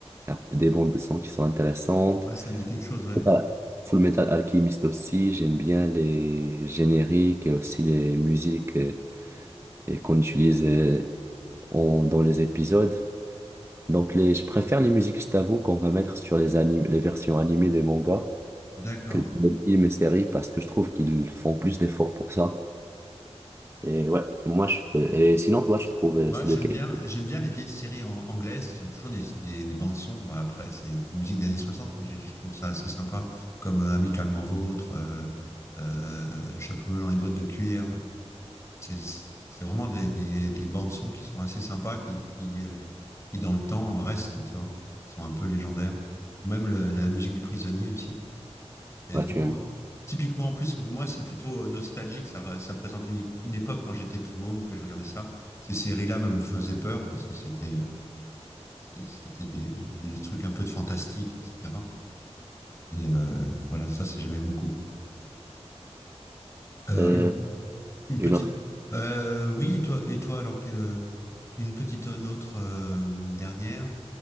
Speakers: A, on the right (about 25°); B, on the left (about 25°).
A: il y a des bandes de son qui sont intéressantes.
B: ouais, ça me dit quelque chose, ouais.
A: Et voilà. Full Metal Alchemist aussi, j'aime bien les génériques et aussi les musiques euh, et qu'on utilise euh, en- dans les épisodes. Donc les, je préfère les musiques, je t'avoue, qu'on va mettre sur les animes, les versions animées des mangas
B: D'accord.
A: que dans les films et séries parce que je trouve qu'ils font plus d'efforts pour ça. Et ouais, moi je fais- Et sinon, toi, tu trouves euh,
B: Moi,
A: c'est
B: j'aime
A: lequel?
B: bien, j'aime bien les vieilles séries an- anglaises qui ont toujours des, des, des bandes son. Bon, après, c'est des musiques des années 60, mais j'ai- je trouve ça assez sympa, comme euh, Amicalement Vôtre, euh, euh, Chapeau melon et bottes de cuir. C'est, c'est vraiment des, des, des bandes son qui sont assez sympas, qui, qui, euh, qui dans le temps restent, tu vois, qui sont un peu légendaires. Ou même le- la musique du prisonnier aussi. C'est
A: Ouais,
B: vraiment
A: tu aimes.
B: typiquement en plus, moi c'est plutôt euh, nostalgique, ça, re- ça me présente une, é- une époque quand j'étais tout môme que je regardais ça. Ces séries-là me me faisaient peur parce que c'était euh, c'est- c'était des, des trucs un peu de fantastique, etc. Et euh, voilà, ça c'est j'aimais beaucoup. Euh,
A: Euh,
B: une, une petite.
A: une autre.
B: Euh, oui, et toi, et toi alors quelle- euh, une petite euh, autre euh, dernière.